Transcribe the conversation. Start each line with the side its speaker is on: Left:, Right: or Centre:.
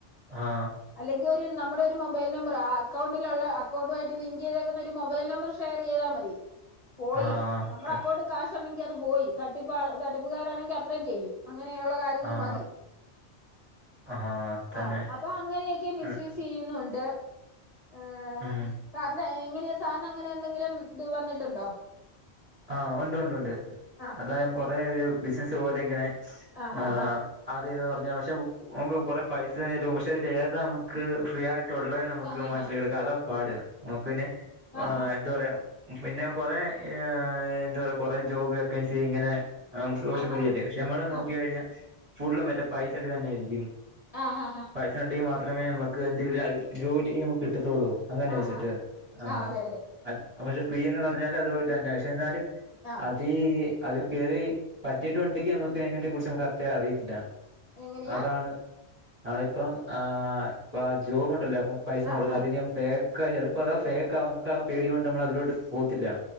Right: ആഹ്
Left: അല്ലെങ്കി ഒരു നമ്മുടൊരു മൊബൈൽ നമ്പർ ആ അക്കൗണ്ടിലുള്ള അക്കൗണ്ടായിട്ട് ലിങ്കെയ്തേക്കുന്ന ഒരു മൊബൈൽ നമ്പർ ഷെയറെയ്താ മതി പോയി
Right: ആഹ്
Left: നമ്മളക്കൗണ്ട്
Right: ത
Left: കാശ് ശ്ട്ടെണ്ടെങ്ക്യത് പോയി തട്ടിപ്പ് തട്ടിപ്പുകാരാണെങ്കി അത്രെയും ചെയ്യും അങ്ങനെയുള്ള കാര്യങ്ങൾ
Right: ആഹ്
Left: മതി
Right: ആഹ് തന്നെ
Left: ആഹ് അപ്പൊ അങ്ങനെയൊക്കെ മിസ്യൂസെയ്യുന്നുണ്ട്
Right: ഉം
Left: ഏഹ്
Right: ഉം
Left: സാറ്ന് എങ്ങനെയാ സാർനങ്ങനെയെന്തെങ്കിലും ത് വന്നിട്ടുണ്ടോ
Right: ആഹ് ഉണ്ടുണ്ടുണ്ട്
Left: ആ
Right: അതായം കൊറേ ഒരു ബിസിനസ്സ് പോലെ ഇങ്ങനെ
Left: ആ ഹാ
Right: ആഹ്
Left: ഹാ
Right: അതെ ന്ന് പർഞ്ഞാ പക്ഷെ ഓൻക്ക് കൊറെ പൈസ തരും. പക്ഷെ അതിൽ ഏതാ നമ്ക്ക് ഫ്രീയായ് ട്ടുള്ളേ നമുക്ക്
Left: ആ ഹാ
Right: മന്സ്സ്ലേക്ക്ട്ക്കാം
Left: ഹാ
Right: അതാ പാട്. നമുക്ക് പിന്നെ
Left: ആ
Right: ഏഹ്
Left: ഹാ
Right: എന്ത് പറയാ പിന്നെ കൊറെ ഏഹ് എന്താ പറ്യാ കൊറെ ജോബ് വേക്കൻസീ ഇങ്ങനെ <unintelligible>
Left: ആ ഹാ
Right: വഴിയല്ലേ ഞമ്മൾ നോക്കി
Left: ആ
Right: കഴിഞ്ഞാ ഫുള്ള് മറ്റേ പൈസേടെ ഇതന്നെയായിരിക്ക്യും.
Left: ആഹാഹാ
Right: പൈസ ഉണ്ടെങ്കി മാത്രെമേ നമക്ക് എന്തെയ്യൂലാ അത് ജോലി നമുക്ക് കിട്ടത്തൊള്ളൂ. അങ്ങനെ
Left: ആ
Right: വെച്ചിട്ട്
Left: ഹാ
Right: ആഹ്
Left: ആ അതെ അതെ
Right: അത് പക്ഷെ ഫ്രീ ന്ന് പറ്ഞ്ഞാലും അത്പോലെന്നെ പക്ഷെ എന്നാലും
Left: ആ
Right: അതീ അതിന് കേറി പറ്റിയിട്ടുണ്ടെങ്കി നമുക്കയ്നപ്പറ്റി കുറ്ച്ച് നമക്ക് കറ്ക്ടാ അറിയത്തില്ല.
Left: എങ്ങനെയാ
Right: അതാണ്, നമ്മളിപ്പം ആഹ് ഇപ്പാ ജോബുണ്ടല്ലോ അപ്പം പൈസമൊട്ക്കാ
Left: ആ ഹാ
Right: അതിന് ഫേക്കാ ചെൽപതാ ഫേക്കാവാം, നമുക്കാ പേടികൊണ്ടമ്മളതിലോട്ട് പോവത്തില്ലാ.